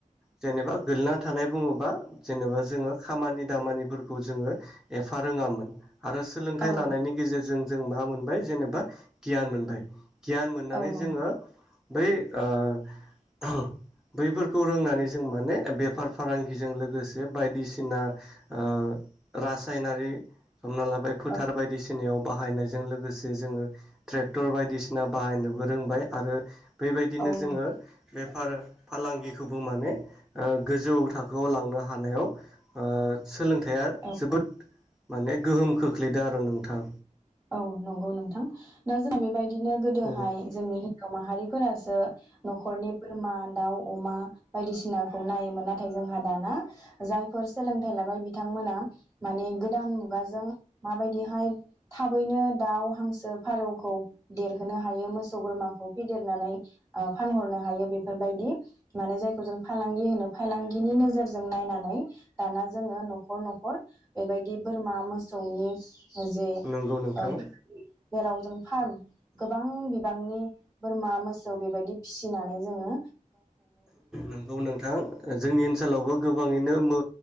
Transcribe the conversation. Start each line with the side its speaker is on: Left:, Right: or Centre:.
Centre: जेनेबा गोलैना थानाय बुङोबा जेनेबा जोंङो खामानि दामानिफोरखौ जोंङो एफा रोङामोन। आरो सोलोंथाइ
Right: औ
Centre: लानायनि गेजेरजों जों मा मोनबाय जेनेबा गियान मोनबाय गियान मोननानै
Right: औ नंगौ
Centre: जोंङो बै ओ बैफोरखौ रोंनानै जों माने बेफार फालांगिजों लोगोसे बायदिसिना ओ रासायनारि हमना लाबाय फोथार
Right: औ
Centre: बायदिसिनायाव बाहायनायजों लोगोसे जोङो ट्रेक्टर बायदिसिना बाहायनोबो रोंबाय आरो बेबायदिनो
Right: औ
Centre: जोङो
Right: नंगौ
Centre: बेफार फालांगिखौबो माने ओ गोजौ थाखोआव लांनो ओ हानायाव ओ सोलोंथाइया
Right: औ
Centre: जोबोद
Right: औ
Centre: माने गोहोम खोख्लैदों आरो नोंथां
Right: औ नंगौ नोंथां दा जोंहा बेबायदि बिदिनो गोदोहाय
Centre: औ
Right: जोंनि हिनजाव माहारिफोरासो नखरनि बोरमा दाउ अमा बायदिसिनाखौ नायोमोन नाथाय जोंहा दाना जायफोर सोलोंथाइ लाबाय बिथांमोना माने गोदान मुगाजों माबायदिहाय थाबैनो दाउ हांसो फारौखौ देरहोनो हायो मोसौ बोरमाखौ फेदेरनानै ओ फानहरनो हायो बेफोरबायदि माने जायखौ जों फालांगि होनो फालांगिनि नोजोरजों नायनानै दाना जोङो नखर नखर बेबायदि बोरमा मोसौनि जे
Centre: नंगौ नोंथां
Right: ओ जेराव जों फार्म गोबां बिबांनि बोरमा मोसौ बेबायदि फिसिनानै जोंङो
Centre: नंगौ नोंथां जोंनि ओनस ओनसोलावबो गोबाङैनो मो